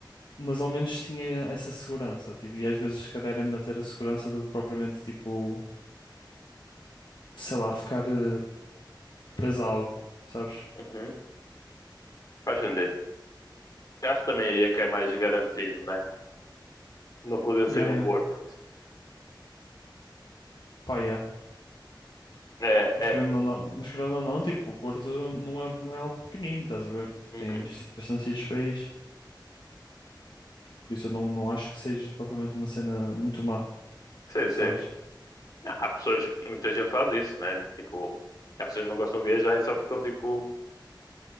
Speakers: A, on the left; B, on the left.
A: Mas ao menos tinha essa segurança, tipo, e às vezes, se calhar, é melhor ter a segurança do que propriamente, tipo, sei lá, ficar eh, preso a algo, sabes?
B: uhum. Faz sentido. Eu acho que também iria que é mais garantido, né? Não poder
A: Yeah,
B: sair do
A: yeah.
B: Porto.
A: Pá, yeah.
B: É,
A: Mas
B: é.
A: querendo ou não, mas querendo ou não, tipo, o Porto não é, não é algo pequenino, estás a ver? Tipo,
B: Uhum.
A: tens, tens bastantes países, por isso eu não, não acho que seja propriamente uma cena muito má,
B: Sim, sim.
A: sabes?
B: Ah, Há pessoas, muita gente faz isso, né? Tipo, há pessoas que não gostam de viajar e só ficam, tipo,